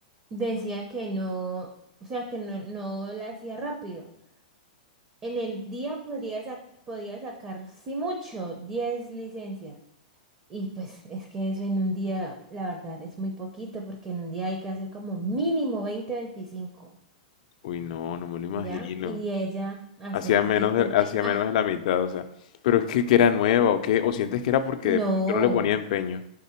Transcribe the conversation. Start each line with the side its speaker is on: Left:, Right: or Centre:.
Right: decía que no, o sea, que no, no la hacía rápido. En el día podría, sa- podía sacar, sí mucho, 10 licencias. Y pues es que eso en un día, la verdad, es muy poquito porque en un día hay que hacer como mínimo veinte veinticinco
Left: Uy, no, no me lo imagino.
Right: ¿ya? Y ella hacía
Left: Hacía
Right: poquito,
Left: menos de,
Right: entonces,
Left: hacía
Right: ah,
Left: menos de la mitad, o sea. Pero es que, que era nueva o qué, o sientes que era porque
Right: no,
Left: de pronto no le ponía empeño.